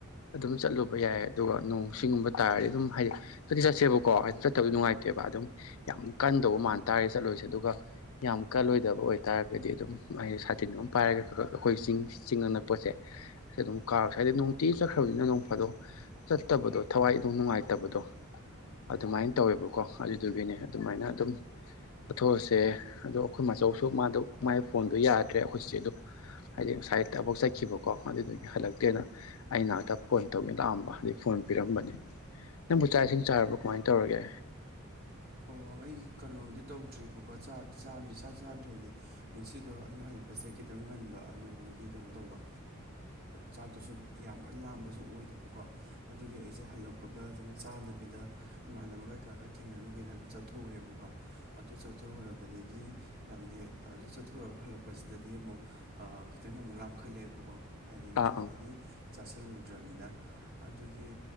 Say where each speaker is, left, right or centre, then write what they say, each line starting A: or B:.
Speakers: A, on the left; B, on the right.
A: ꯑꯗꯨꯝ ꯆꯠꯂꯨꯕ ꯌꯥꯏ ꯑꯗꯨꯒ ꯅꯣꯡ ꯁꯤꯡꯒꯨꯝꯕ ꯇꯥꯔꯗꯤ ꯑꯗꯨꯝ ꯍꯥꯏꯗꯤ ꯆꯠꯇꯤ ꯆꯠꯁꯦꯕꯀꯣ ꯍꯥꯏꯗꯤ ꯆꯠꯇꯕꯗꯤ ꯅꯨꯡꯉꯥꯏꯇꯦꯕ ꯑꯗꯨꯝ ꯌꯥꯝ ꯀꯟꯗꯧꯕ ꯃꯥꯟ ꯇꯥꯔꯗꯤ ꯆꯠꯂꯣꯏꯁꯦ ꯑꯗꯨꯒ ꯌꯥꯝ ꯀꯜꯂꯣꯏꯗꯕ ꯑꯣꯏ ꯇꯥꯔꯒꯗꯤ ꯑꯗꯨꯝ ꯑꯩ ꯁꯥꯇꯤꯟ ꯑꯃ ꯄꯥꯏꯔꯒ ꯑꯩꯈꯣꯏ ꯆꯤꯡ ꯆꯤꯡ ꯑꯅꯛꯄꯁꯦ ꯁꯦ ꯑꯗꯨꯝ ꯀꯥꯔꯁꯤ ꯍꯥꯏꯗꯤ ꯅꯨꯡꯇꯤ ꯆꯠꯈ꯭ꯔꯕꯅꯤꯅ ꯅꯣꯡ ꯐꯥꯗꯣꯛ ꯆꯠꯇꯕꯗꯣ ꯊꯋꯥꯏ ꯏꯅꯨꯡ ꯅꯨꯡꯉꯥꯏꯇꯕꯗꯣ ꯑꯗꯨꯃꯥꯏꯅ ꯇꯧꯋꯦꯕꯀꯣ ꯑꯗꯨꯗꯨꯒꯤꯅꯦ ꯑꯗꯨꯃꯥꯏꯅ ꯑꯗꯨꯝ ꯆꯠꯊꯣꯛꯑꯁꯦ ꯑꯗꯣ ꯑꯩꯈꯣꯏ ꯃꯆꯧꯁꯨ ꯃꯥꯗꯨ ꯃꯥꯏ ꯐꯣꯟꯗꯣ ꯌꯥꯗ꯭ꯔꯦ ꯑꯩꯈꯣꯏ ꯆꯦꯗꯨ ꯍꯥꯏꯗꯤ ꯉꯁꯥꯏ ꯊꯕꯛ ꯆꯠꯈꯤꯕꯀꯣ ꯑꯗꯨꯗꯨꯒꯤ ꯍꯜꯂꯛꯇꯦꯅ ꯑꯩ ꯅꯥꯛꯇ ꯐꯣꯟ ꯇꯧꯒꯦ ꯂꯥꯛꯑꯝꯕ ꯑꯗꯨ ꯐꯣꯟ ꯄꯤꯔꯝꯕꯅꯤ ꯅꯪꯕꯨ ꯆꯥꯛ ꯏꯁꯤꯡ ꯆꯥꯔꯕꯣ ꯀꯃꯥꯏꯅ ꯇꯧꯔꯒꯦ
B: ꯑꯣ ꯑꯩ ꯀꯩꯅꯣꯗꯤ ꯇꯧꯗ꯭ꯔꯤꯕꯀꯣ ꯆꯥꯛꯇꯤ ꯆꯥꯗ꯭ꯔꯦ ꯆꯥꯛ ꯆꯥꯗ꯭ꯔꯤꯗꯤ ꯉꯁꯤꯗꯣ ꯑꯩꯅ ꯍꯜꯂꯛꯄꯁꯦ ꯈꯤꯇꯪ ꯉꯟꯕ ꯉꯟꯕꯒꯤ ꯀꯩꯅꯣ ꯇꯧꯕ ꯆꯥꯛꯇꯨꯁꯨ ꯌꯥꯝ ꯀꯟꯅ ꯂꯥꯝꯕꯁꯨ ꯑꯣꯏꯗꯕꯀꯣ ꯑꯗꯨꯒꯤ ꯑꯩꯁꯦ ꯍꯜꯂꯛꯄꯒ ꯑꯗꯨꯝ ꯆꯥꯗꯕꯤꯗ ꯏꯃꯥꯟꯅꯕꯒꯩ ꯀꯥ ꯈꯔ ꯊꯦꯡꯅꯔꯨꯒꯦꯅ ꯑꯗꯨꯝ ꯆꯠ ꯆꯠꯊꯣꯛꯎꯔꯦꯕꯀꯣ ꯑꯗꯨ ꯆꯠꯊꯣꯛꯎꯔꯕꯗꯒꯤ ꯍꯥꯏꯕꯗꯤ ꯑꯗꯨ ꯆꯠꯊꯣꯔꯒ ꯍꯜꯂꯛꯄꯁꯤꯗꯗꯤ ꯑꯃꯨꯛ ꯈꯤꯇꯪ ꯑꯃꯨꯛ ꯂꯥꯝꯈꯠꯂꯛꯑꯦꯕꯀꯣ ꯍꯥꯏꯗꯤ ꯉꯁꯥꯏꯗꯒꯤ
A: ꯑꯥ ꯑꯪ
B: ꯆꯥꯁꯤꯜꯂꯨꯗ꯭ꯔꯅꯤꯅ ꯑꯗꯨꯒꯤ